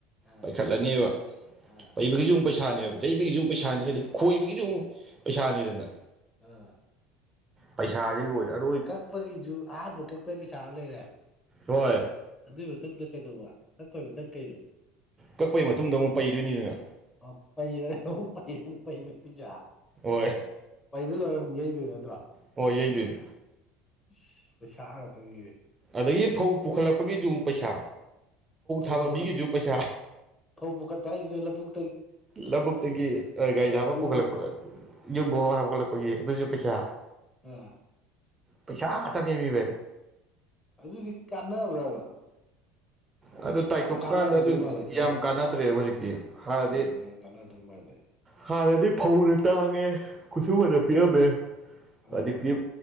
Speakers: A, on the left; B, on the right.
A: ꯑꯥ
B: ꯄꯥꯏꯈꯠꯂꯅꯦꯕ
A: ꯑꯥ
B: ꯄꯩꯕꯒꯤꯁꯨꯨ ꯄꯩꯁꯥꯅꯦꯕ ꯌꯩꯕꯒꯤꯁꯨ ꯄꯩꯁꯥꯅꯤ ꯑꯗꯩ ꯈꯣꯏꯕꯒꯤꯁꯨ ꯑꯃꯨꯛ ꯄꯩꯁꯥꯅꯤꯗꯅ
A: ꯑꯥ
B: ꯄꯩꯁꯥꯖꯦ ꯂꯣꯏꯔꯛ
A: ꯀꯛꯄꯒꯤꯖꯨ ꯑꯍꯥꯟꯕ ꯀꯛꯄꯒꯤ ꯄꯩꯁꯥ ꯑꯃ ꯂꯩꯔꯦ
B: ꯍꯣꯏ
A: ꯑꯗꯨꯏ ꯃꯇꯨꯡꯗꯨꯗ ꯀꯩꯗꯧꯕ ꯀꯛꯄꯩ ꯃꯊꯪ ꯀꯩꯅꯣ
B: ꯀꯛꯄꯩ ꯃꯇꯨꯡꯗ ꯑꯃꯨꯛ ꯄꯩꯗꯣꯏꯅꯤꯗꯅ
A: ꯑꯣ ꯄꯩꯔ ꯑꯃꯨꯛ ꯄꯩꯕꯩ ꯄꯩꯁꯥ
B: ꯍꯣꯏ
A: ꯄꯩꯕ ꯂꯣꯏꯔ ꯑꯃꯨꯛ ꯌꯩꯗꯣꯏ ꯅꯠꯇ꯭ꯔꯣ
B: ꯍꯣꯏ ꯌꯩꯗꯣꯏꯅꯤ
A: ꯏꯁ ꯄꯩꯁꯥ ꯉꯥꯛꯇꯥꯅꯤꯅꯦ
B: ꯑꯗꯒꯤ ꯐꯧ ꯄꯨꯈꯠꯂꯛꯄꯒꯤꯁꯨ ꯄꯩꯁꯥ
A: ꯐꯧ
B: ꯊꯥꯕ
A: ꯄꯨꯈꯠ
B: ꯃꯤꯒꯤꯁꯨ ꯄꯩꯁꯥ
A: ꯐꯧ ꯄꯨꯈꯠꯄ ꯍꯥꯏꯖꯤꯗ ꯂꯧꯕꯨꯛ
B: ꯂꯧꯕꯨꯛꯇꯒꯤ ꯒꯥꯔꯤꯗ ꯍꯥꯕ
A: ꯌꯨꯝꯕꯨ
B: ꯄꯨꯈꯠꯂꯛꯄꯗꯣ ꯌꯨꯝꯕꯨꯛ ꯍꯥꯞꯒꯠꯂꯛꯄꯒꯤ ꯑꯗꯨꯁꯨ ꯄꯩꯁꯥ
A: ꯑꯥ
B: ꯄꯩꯁꯥ ꯉꯥꯛꯇꯅꯤꯃꯦ ꯚꯩ
A: ꯑꯗꯨꯗꯤ ꯀꯥꯟꯅꯕ꯭ꯔꯕ
B: ꯑꯗꯨ ꯇꯥꯏꯊꯣꯛꯄ
A: ꯌꯥꯝ ꯀꯥꯟꯅꯔꯝꯗꯣꯏ
B: ꯀꯥꯟꯗ ꯑꯗꯨ
A: ꯃꯥꯜꯂꯛꯇ
B: ꯌꯥꯝ
A: ꯃꯥꯜꯂꯦ
B: ꯀꯥꯟꯅꯗ꯭ꯔꯦꯕ ꯍꯧꯖꯤꯛꯇꯤ ꯍꯥꯟꯅꯗꯤ
A: ꯎꯝ ꯌꯥꯝ ꯀꯥꯟꯅꯗꯔꯥ ꯃꯥꯜꯂꯦ
B: ꯍꯥꯟꯅꯗꯤ ꯐꯧꯅ ꯇꯥꯡꯉꯦ ꯈꯨꯠꯁꯨꯃꯟꯅ ꯄꯤꯛꯑꯝꯃꯦ
A: ꯎꯝ
B: ꯍꯧꯖꯤꯛꯇꯤ